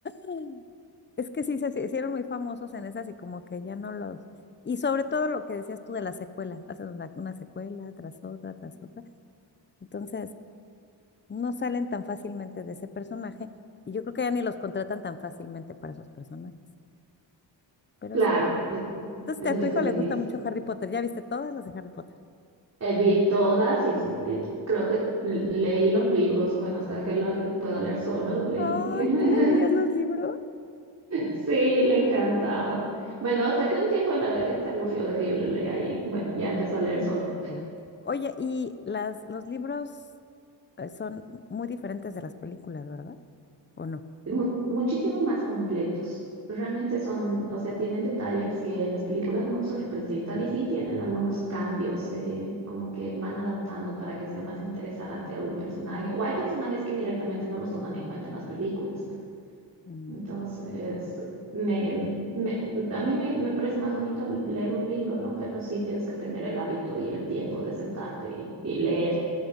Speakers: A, on the left (about 25°); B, on the right (about 35°).
A: Mm. Es que sí, se se hicieron muy famosos en esas y como que ya no los... Y sobre todo lo que decías tú de las secuelas, hacen una, una secuela tras otra, tras otra. Entonces, no salen tan fácilmente de ese personaje y yo creo que ya ni los contratan tan fácilmente para esos personajes. Pero
B: Claro,
A: sí.
B: eh,
A: Entonces,
B: debe
A: a tu hijo
B: ser
A: le
B: difícil.
A: gusta mucho Harry Potter. ¿Ya viste todas las de Harry Potter?
B: Eh, vi todas y, s- y creo que l- leí los libros, bueno, hasta que la que pueda leer solo, leí.
A: Ay,
B: <laughs>
A: ¿tú le leías los libros?
B: Sí, le encantaba. Bueno, hasta que un tiempo la, eh, se aburrió de que yo le lea y bueno, ya empezó a leer solo.
A: Uy. Oye, y las, los libros eh, son muy diferentes de las películas, ¿verdad? ¿O
B: Mu- muchísimo más completos. Realmente son, o sea, tienen detalles que en las películas no se representan y sí tienen algunos cambios, eh, como que van adaptando para que sea más interesante algún personaje. O hay personajes que directamente no los toman en cuenta en las películas.
A: no?
B: Entonces, me, me- a mí me, me parece más bonito leer un libro, ¿no? Pero sí tienes que tener el hábito y el tiempo de sentarte y, y leer.